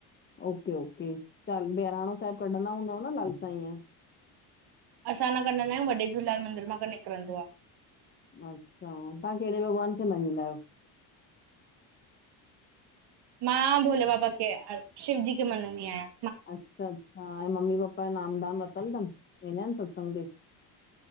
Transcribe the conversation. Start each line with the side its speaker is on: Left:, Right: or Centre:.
Left: ओके-ओके, ॿैराणों साहेब कढंदा हूंदव न लाल साईं यो?
Right: असां न कढंदा आयूं। वॾे झूेलेलाल मंदर मां क निकरंदो आ।
Left: अच्छा, तहां केड़े भॻवान खे मञींदा आयो?
Right: मां, भोले बाबा के, शिवजी के मञंदी आयां।
Left: अच्छा-अच्छा, ऐं मम्मी-पप्पा यो नाम-दान वतल तन? वेंदा इन सत्संग ते?